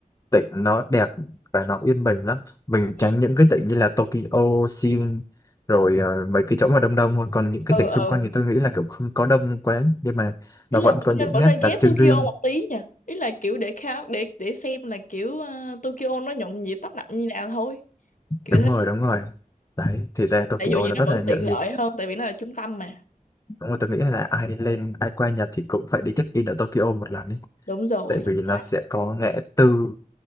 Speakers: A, on the left; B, on the left.
A: tỉnh nó đẹp và nó yên bình lắm mình tránh
B: ừ
A: những cái tỉnh như là Tokyo, Seoul rồi ờ, mấy cái chỗ mà đông đông thôi còn những cái
B: ừ
A: tỉnh
B: ừ
A: xung quanh thì tôi nghĩ là kiểu không có đông quá nhưng mà
B: ý
A: nó
B: là
A: vẫn
B: vẫn
A: có những
B: nên vẫn
A: nét
B: nên ghé
A: đặc
B: Tokyo
A: trưng riêng
B: một tí nha ý là kiểu để khám để để xem là kiểu ờ, Tokyo nó nhộn nhịp tấp nập như nào thôi kiểu
A: đúng
B: thế
A: rồi đúng rồi đấy thì ra Tokyo
B: tại dù gì
A: nó
B: nó
A: rất
B: vẫn
A: là nhộn
B: tiện
A: nhịp
B: lợi hơn tại vì nó là trung tâm mà
A: đúng rồi tôi nghĩ là ai lên ai qua Nhật thì cũng phải đi check in ở Tokyo một lần đi
B: đúng rồi
A: tại vì
B: Sát.
A: nó sẽ có ngã tư